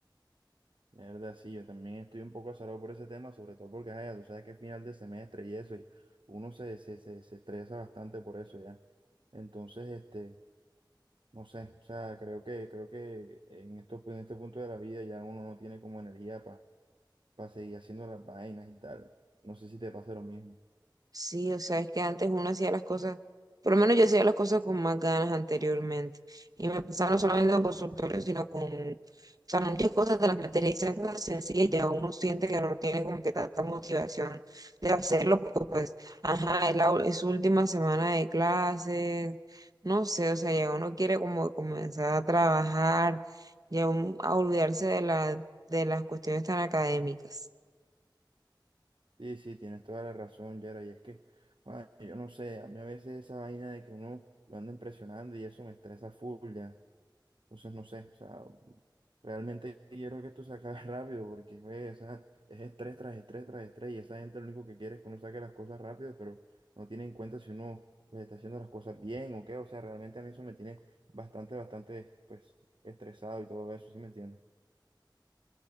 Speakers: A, on the right (about 80°); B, on the right (about 50°).
A: La verdad, sí, yo también estoy un poco azarado por ese tema, sobre todo porque, ay, tú sabes que es final de semestre y eso, y uno se, se, se, se estresa bastante por eso ya. Entonces, este, no sé, o sea, creo que, creo que en esto, en este punto de la vida ya uno no tiene como energía para seguir haciendo las vainas y tal. No sé si te pasa lo mismo.
B: Sí, o sea, es que antes uno hacía las cosas, por lo menos yo hacía las cosas con más ganas anteriormente. Y me pasaba no solamente con consultorios, sino con, o sea, muchas cosas de las materias esas cosas sencillas, ya uno siente que no tiene como que tanta motivación de hacerlo, porque pues, ajá, es, la, u- es su última semana de clases, no sé, o sea, ya uno quiere como comenzar a trabajar, ya uno- a olvidarse de la, de las cuestiones tan académicas.
A: Sí, sí, tienes toda la razón, Yera, y es que, bueno, yo no sé, a mí a veces esa vaina de que uno lo anda impresionando y eso me estresa full ya. Entonces, no sé, o sea, realmente quiero que esto se acabe <laughs> rápido porque, güey, o sea, es estrés tras estrés tras estrés y esa gente lo único que quiere es que uno saque las cosas rápido, pero no tiene en cuenta si uno, pues, está haciendo las cosas bien o qué, o sea, realmente a mí eso me tiene bastante, bastante, pues, estresado y todo eso, ¿sí me entiendes?